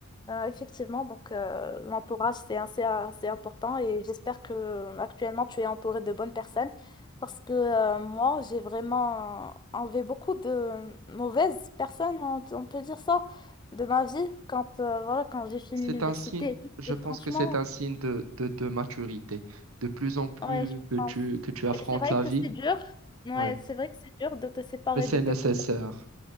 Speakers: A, on the left (about 20°); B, on the right (about 75°).
A: euh, effectivement, donc euh, l'entourage, c'est assez, assez important et j'espère que euh, actuellement tu es entouré de bonnes personnes parce que euh, moi, j'ai vraiment enlevé beaucoup de mauvaises personnes, on, on peut dire ça, de ma vie quand, euh, voilà, quand j'ai fini
B: C'est
A: l'université.
B: un signe,
A: Et, tout.
B: je
A: Et
B: pense
A: franchement,
B: que c'est un signe de, de, de maturité. De plus en plus
A: Ouais, je
B: que
A: pense.
B: tu, que tu affrontes
A: C'est c'est vrai
B: la
A: que
B: vie,
A: c'est dur. Ouais,
B: ouais.
A: c'est vrai que c'est dur de te séparer
B: Mais c'est
A: de quelques
B: nécessaire,
A: personnes.